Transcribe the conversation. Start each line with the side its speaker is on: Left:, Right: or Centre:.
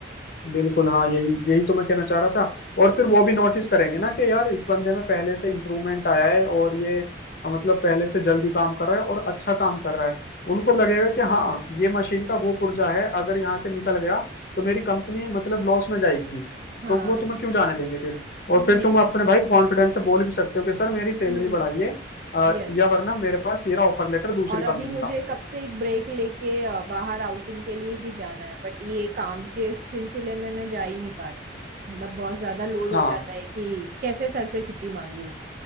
Left: बिल्कुल हाँ यही यही तो मैं कहना चाह रहा था और फिर वो भी नोटिस करेंगे ना कि यार इस बंदे में पहले से इम्प्रूवमेंट आया है और ये अ, मतलब पहले से जल्दी काम कर रहा है और अच्छा काम कर रहा है उनको लगेगा कि हाँ ये मशीन का वो पुर्जा है अगर यहाँ से निकल गया तो मेरी कंपनी मतलब लॉस में जाएगी
Right: हाँ
Left: तो वो तुम्हें क्यों जाने देंगे फिर और फिर
Right: नहीं
Left: तुम अपने
Right: जाने
Left: भाई कॉन्फिडेंस से बोल भी सकते हो कि सर मेरी सैलरी
Right: हम्म
Left: बढ़ाइए अ,
Right: यस
Left: या वरना मेरे पास ये रहा ऑफर लेटर दूसरी
Right: और अभी
Left: कंपनी
Right: मुझे
Left: का
Right: कब से एक ब्रेक लेके अ, बाहर आउटिंग के लिए भी जाना है बट ये काम के सिलसिले में मैं जा ही नहीं पा रही मतलब बहुत ज्यादा लोड
Left: हाँ
Right: हो जाता है कि कैसे सर से छुट्टी मांगू